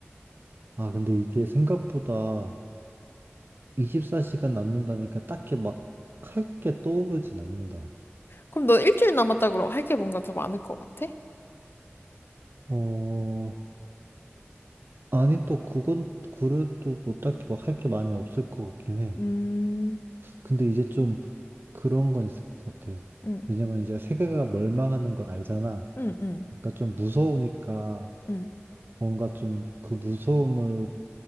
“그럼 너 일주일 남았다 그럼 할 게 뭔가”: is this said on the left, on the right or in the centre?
Left